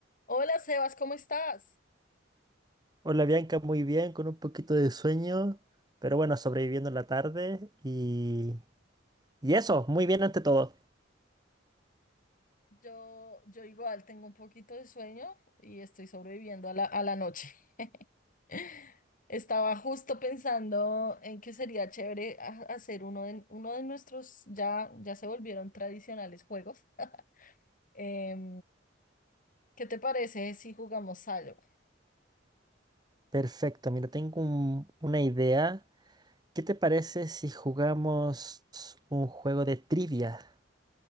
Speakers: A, on the left; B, on the right.
A: Hola Sebas, ¿cómo estás?
B: Hola Bianca, muy bien, con un poquito de sueño, pero bueno, sobreviviendo la tarde y, y eso, muy bien ante todo.
A: Yo, yo igual tengo un poquito de sueño y estoy sobreviviendo a la, a la noche. <laughs> Estaba justo pensando en que sería chévere ha- hacer uno de, uno de nuestros, ya, ya se volvieron tradicionales juegos. Em, ¿qué te parece si jugamos algo?
B: Perfecto, mira, tengo un- una idea. ¿Qué te parece si jugamos un juego de trivia?